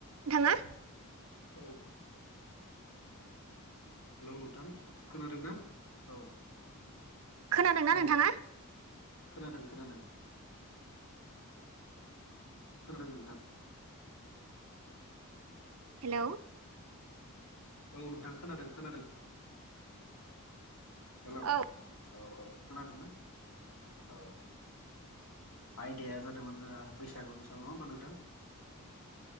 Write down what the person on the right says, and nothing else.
नोंथाङा
खोनादों ना
नोंथाङा
हेल'
औ